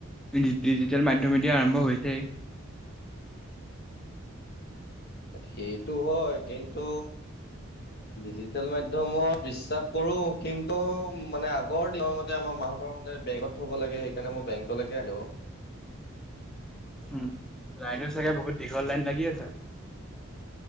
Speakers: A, in the centre; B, on the left.
A: ডিজি ডিজিটেল মাধ্যমেদি আৰম্ভ হৈছেই।
B: সেইটো হয়, কিন্তু ডিজিটেল মাধ্যমত বিশ্বাস কৰোঁ, কিন্তু মানে, আগৰ দিনৰ মতে, আমাৰ মাঁহতৰ ম তে, বেংকত থ'ব লাগে, সেইকাৰণে, মই বেংকলৈকে আনো আৰু।
A: উম, লাইনো চাগে, বহুত দীঘল লাইন লাগি আছে।